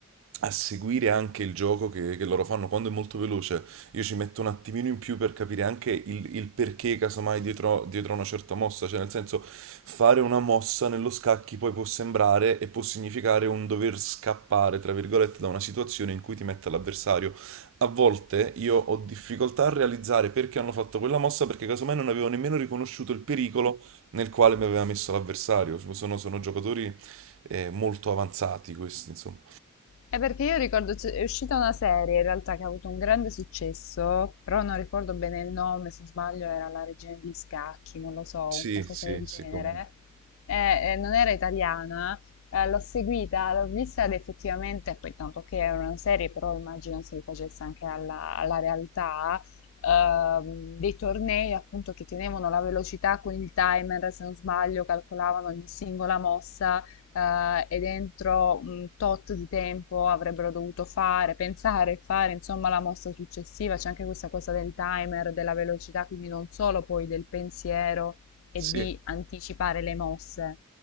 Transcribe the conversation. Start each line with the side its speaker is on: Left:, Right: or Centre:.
Right: a seguire anche il gioco che, che loro fanno quando è molto veloce. Io ci metto un attimino in più per capire anche il, il perché, casomai, dietro, dietro a una certa mossa. Cioè, nel senso, fare una mossa nello scacchi poi può sembrare e può significare un dover scappare, tra virgolette, da una situazione in cui ti mette l'avversario. A volte io ho difficoltà a realizzare perché hanno fatto quella mossa, perché casomai non avevo nemmeno riconosciuto il pericolo nel quale mi aveva messo l'avversario. Sono, sono giocatori eh, molto avanzati questi, insomma.
Left: È perché io ricordo, c'è- è uscita una serie in realtà che ha avuto un grande successo, però non ricordo bene il nome, se non sbaglio era La Regina degli Scacchi, non lo so,
Right: Sì,
Left: un qualcosa
Right: sì,
Left: del
Right: sì,
Left: genere.
Right: come no.
Left: Eh, eh, non era italiana, eh, l'ho seguita, l'ho vista ed effettivamente, poi tanto che era una serie, però immagino si rifacesse anche alla, alla realtà, ehm, dei tornei appunto che tenevano la velocità con il timer, se non sbaglio, calcolavano ogni singola mossa eh, e dentro un tot di tempo avrebbero dovuto fare, pensare e fare, insomma, la mossa successiva. C'è anche questa cosa del timer, della velocità, quindi non solo poi del pensiero e
Right: Sì.
Left: di anticipare le mosse,